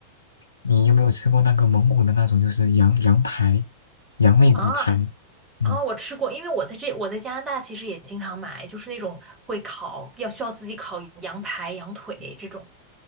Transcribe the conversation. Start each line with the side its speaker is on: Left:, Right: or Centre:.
Left: 你有没有吃过那个蒙古的那种就是羊羊排，羊肋骨排？
Right: 啊，
Left: 嗯
Right: 啊、我吃过，因为我在这，我在加拿大其实也经常买，就是那种会烤，要需要自己烤羊排、羊腿这种。